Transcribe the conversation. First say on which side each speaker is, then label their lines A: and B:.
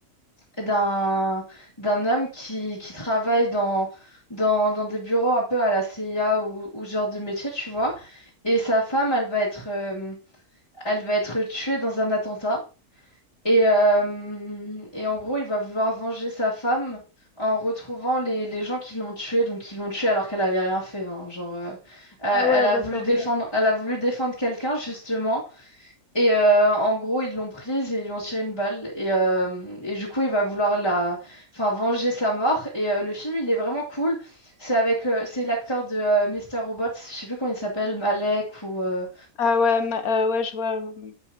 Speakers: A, on the left; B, on the left.
A: d'un d'un homme qui, qui travaille dans, dans, dans des bureaux un peu à la CIA ou, ou ce genre de métier, tu vois. Et sa femme, elle va être euh, elle va être tuée dans un attentat. Et, euh, et en gros, il va vouloir venger sa femme en retrouvant les, les gens qui l'ont tuée, donc qui l'ont tuée alors qu'elle avait rien fait. hein, genre, euh, euh, elle
B: Ah ouais,
A: a
B: d'accord.
A: voulu défendre elle a voulu défendre quelqu'un justement. Et euh, en gros, ils l'ont prise et ils lui ont tiré une balle. Et, euh, et du coup, il va vouloir la... enfin, venger sa mort. Et euh, le film, il est vraiment cool. C'est avec, euh, c'est l'acteur de euh, Mr. Robot, je sais plus comment il s'appelle, Malek ou... euh,
B: Ah ouais, ma- euh, ouais, je vois. ouais.